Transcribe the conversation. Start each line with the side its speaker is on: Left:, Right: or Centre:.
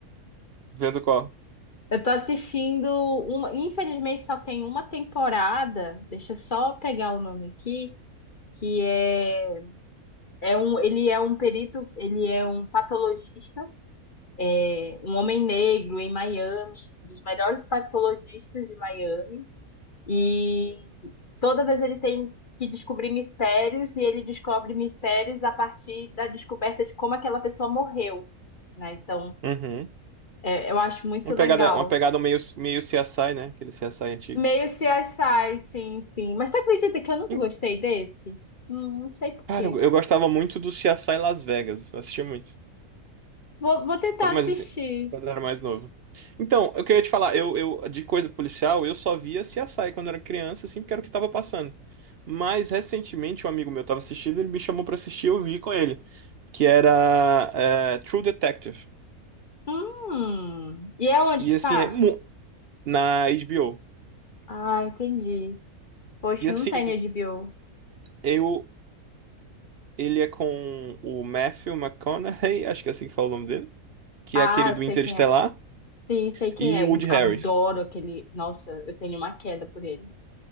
Right: Vendo qual.
Left: Eu tô assistindo uma, infelizmente só tem uma temporada. Deixa eu só pegar o nome aqui, que é, é um, ele é um perito, ele é um patologista, é, um homem negro em Miami, um dos melhores patologistas de Miami. E toda vez ele tem que descobrir mistérios e ele descobre mistérios a partir da descoberta de como aquela pessoa morreu, né? Então,
Right: Uhum.
Left: é, eu acho muito
Right: Uma
Left: legal.
Right: pegada, uma pegada meio, meio CSI, né? Aquele CSI antigo.
Left: Meio CSI, sim, sim. Mas tu acredita que eu nunca
Right: E,
Left: gostei desse? Hum, não sei por
Right: cara,
Left: quê.
Right: eu, eu gostava muito do CSI Las Vegas. eu Assistia muito.
Left: Vou, vou tentar
Right: Quando-
Left: assistir.
Right: Mas assim, quando eu era mais novo. Então, eu queria te falar, eu, eu de coisa policial, eu só via CSI quando era criança, assim, porque era o que tava passando. Mas recentemente um amigo meu tava assistindo, ele me chamou pra assistir, eu vi com ele. Que era eh, True Detective.
Left: Hum. E é onde
Right: E
Left: que
Right: assim,
Left: passa?
Right: é mu- na HBO.
Left: Ah, entendi. Poxa,
Right: E assim,
Left: não tem HBO.
Right: eu, ele é com o Matthew McConaughey, acho que é assim que fala o nome dele, que
Left: Ah,
Right: é aquele do Interestelar,
Left: sei quem é. Sim, sei quem
Right: e o Woody
Left: é.
Right: Harris.
Left: Adoro aquele. Nossa, eu tenho uma queda por ele.